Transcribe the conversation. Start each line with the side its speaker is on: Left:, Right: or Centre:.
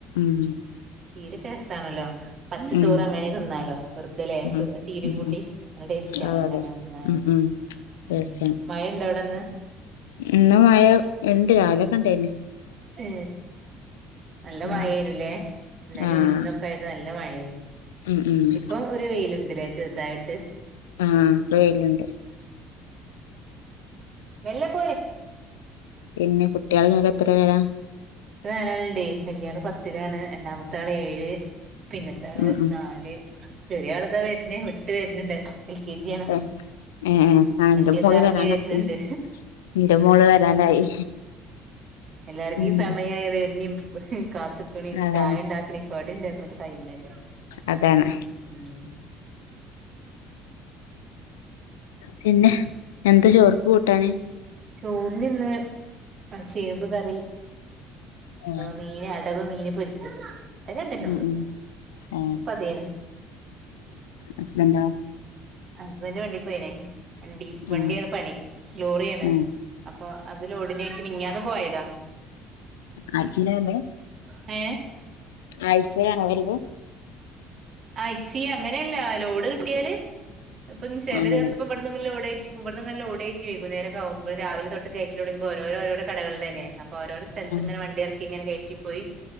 Left: മ്
Right: ചീരെക്കെ രസാണല്ലോ പച്ച
Left: ഉം
Right: ചോറ് അങ്ങനേ ത് ന്നാലോ? വെർതലേ
Left: ഉം
Right: ചീരീം
Left: ഉം
Right: കൂട്ടി നല്ല ടേസ്റ്റാണ്
Left: അതെ
Right: അങ്ങനെ
Left: അതെ
Right: ത് ന്നാന്.
Left: ഉം ഉം ടേസ്റ്റാണ്
Right: മ് മഴ ണ്ട
Left: ഇന്ന് മയ ണ്ട് രാവിലെക്കെണ്ടേയ്നു.
Right: ഏ നല്ല
Left: ഉം
Right: മയേനുലേ. ഇന്നലിം
Left: ആഹ്
Right: ഇന്നൊക്കായിറ്റ് നല്ല മയേ
Left: ഉം ഉം
Right: ഇപ്പോ ഒര് വെയ്ല്ണ്ട്ലേ ണ്ടല്ലേ ചെർതായ്റ്റ്.
Left: ആഹ് ഇപ്പൊ വെയിലുണ്ട്
Right: മെല്ലെ പോര്
Left: പിന്നെ കുട്ട്യാള് ങ്ങക്കെത്ര പേരാ?
Right: ക്ക് നാലാള്ണ്ടേ വല്ല്യാള് പത്തിലാണ്. രണ്ടാമത്താള് ഏഴ്. പിന്നത്തെ ആള്
Left: ഉം ഉം
Right: നാല് ചെറ്യാള്താ വര്ണ് വിട്ട് വര്ണ്ണ്ട് എൽ കെ ജ്യാണ്.
Left: ഏഹ് ഏഹ് ആഹ്
Right: വണ്ടി
Left: ഇന്റെ മോള്
Right: വന്ന് എർങ്ങി
Left: വരാനായിക്ക്ണ്
Right: വര്ണ്ണ്ട്
Left: ഇന്റെ മോള് വരാനായി
Right: എല്ലാർക്കും
Left: മ്
Right: ഈ സമയായ വെര്ണീം കാത്ത്ക്ക്ണീം
Left: അതാണ്
Right: ചായ ണ്ടാക്ക്ണീം ഒക്കെ ടൈമല്ലേ.
Left: അതാണ്
Right: മ്
Left: പിന്നെ എന്താ ചോർക്ക് കൂട്ടാന്
Right: ചോറിന് ഇന്ന് ചേമ്പ് കറി
Left: ഏഹ്
Right: മീന് വ് മീന് പൊരിച്ചത് അത് രണ്ടെന്നൊള്ളു
Left: ഉ ഉ ആ
Right: ഇപ്പ അതേന്
Left: ഹസ്ബൻന്റോ
Right: ഹസ്ബൻന്റ് വണ്ടി പോയിണേ വണ്ടി വണ്ടിയാണ്
Left: ആഹ്
Right: പണി ലോറിയാണ്
Left: ആഹ്
Right: അപ്പൊ അതില ഉടനെയിട്ട് മിനിഞ്ഞന്നും പോയത
Left: ആഴ്ചയില വന്ന
Right: ഏ
Left: ആഴ്ചയിലാണ വരുന്നേ
Right: ആ അഴ്ച്ചി അങ്ങനെയല്ല ലോഡ് കിട്ടിയാല് ഇപ്പൊ ചില
Left: അങ്ങനെ
Right: ദിവസപ്പ ഇവിടെന്ന് നമ്മള് ലോഡി ഇവിടന്നന്നല്ലോടറ്റി വൈകുന്നേര ആകുമോ രാവില തൊട്ട കയിറ്റി തുടങ്ങുമ്പോ ഓരോരോ കടകളിൽലല്ല അപ്പ ഓരോരോ സ്ഥലത്ത്
Left: ആഹ്
Right: ഇങ്ങനെ വണ്ടി ഇറക്കി ഇങ്ങനെ കയറ്റിപ്പോയി